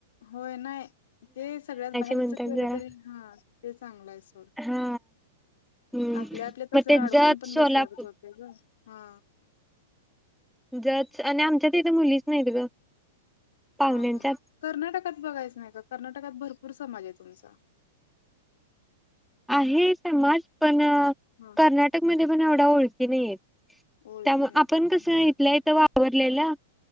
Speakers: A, on the left; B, in the centre.
A: होय नाही, ते सगळ्यात बाहेरच
B: म्हणतात
A: केलं
B: जरा
A: तरी, हा ते चांगलं आहे सोड
B: हा हम्म
A: आपल्या, आपल्या तर
B: मग
A: जर
B: ते
A: अडकून
B: जत
A: पण
B: सोलापूर
A: बसल्याच होत्या ग हा.
B: जच आणि आमच्यात इथ मुलीच नाहीत ग. पाहुण्यांच्यात
A: हा हा कर्नाटकात बघायचं नाही का कर्नाटकात भरपूर भरपूर समाज आहे त्यांचा
B: आहे.. समाज पण, <unintelligible>
A: हा
B: कर्नाटक मध्ये पण एवढा ओळखी क नाही <inaudible>
A: ओळखी
B: त्या
A: नाही
B: आपण
A: त्यामुळे
B: कसय. <unintelligible> लेला